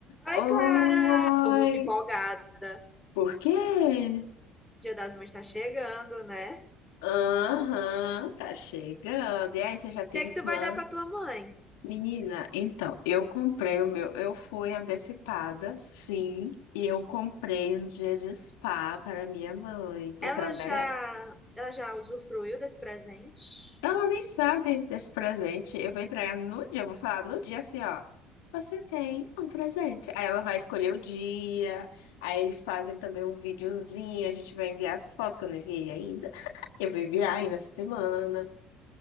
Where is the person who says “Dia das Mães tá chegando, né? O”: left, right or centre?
Centre